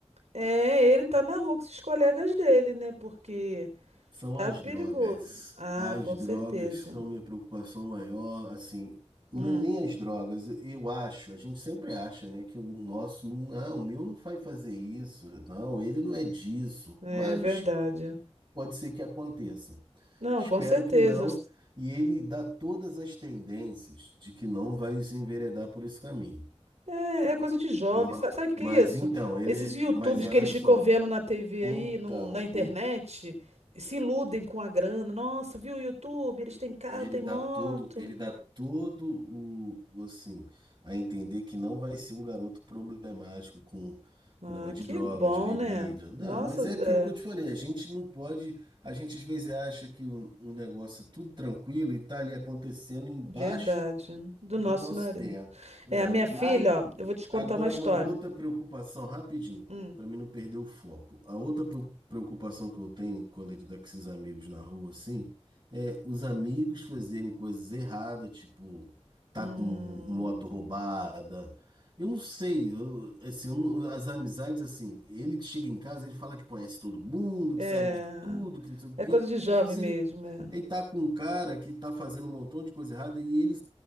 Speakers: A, on the right (about 80°); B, on the right (about 35°).
A: É, ele tá na rua com esses colegas dele, né? Porque
B: são
A: tá
B: as
A: perigoso.
B: drogas.
A: Ah,
B: As
A: com
B: drogas
A: certeza.
B: são minha preocupação maior, assim,
A: Hum,
B: não é nem as drogas, eu acho, a gente sempre acha, né, que o nosso não, ah, o meu não vai fazer isso, não, ele não é disso,
A: é
B: mas
A: verdade.
B: pode ser que aconteça.
A: Não,
B: Espero
A: com certeza.
B: que não, e ele dá todas as tendências de que não vai se enveredar por esse caminho.
A: É, é coisa de jovem.
B: Ma-
A: Sa- Sabe, o que
B: Mas
A: que é isso?
B: então, ele
A: Esses YouTubes
B: é, mas olha
A: que eles
B: só,
A: ficam vendo na TV
B: então,
A: aí, no- na internet, e se iludem com a grana. Nossa, viu o YouTube? Eles têm carro,
B: Ele
A: têm
B: dá
A: moto.
B: todo, ele dá todo o, o, assim, a entender que não vai ser um garoto problemático com com
A: Ah,
B: negócio de
A: que
B: droga,
A: bom,
B: de bebida.
A: né?
B: Não,
A: Nossa,
B: mas é aquilo
A: é
B: que eu te falei, a gente não pode, a gente às vezes acha que o, o negócio é tudo tranquilo e tá ali acontecendo embaixo
A: verdade. Do
B: do
A: nosso
B: nosso
A: nariz.
B: terra. É,
A: É, a minha filha,
B: mas
A: ó, eu vou te contar
B: Agora,
A: uma história.
B: uma outra preocupação, rapidinho,
A: Hum,
B: para mim não perder o foco. A outra preo- preocupação que eu tenho quando ele tá com esses amigos na rua, assim, é os amigos fazerem coisas erradas, tipo, tá
A: hum,
B: com moto roubada. Eu não sei, eu- assim, eu não- as amizades, assim, ele que chega em casa, ele fala que conhece todo mundo,
A: é,
B: que sabe de tudo, que não sei o quê.
A: é coisa de jovem
B: Às vezes
A: mesmo.
B: ele,
A: é.
B: ele tá com um cara que tá fazendo um montão de coisa errada e ele